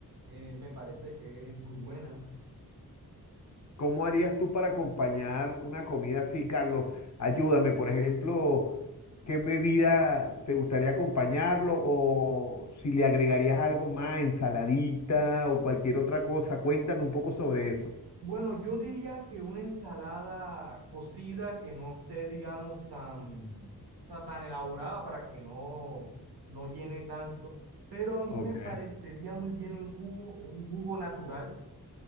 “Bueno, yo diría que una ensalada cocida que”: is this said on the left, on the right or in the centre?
Right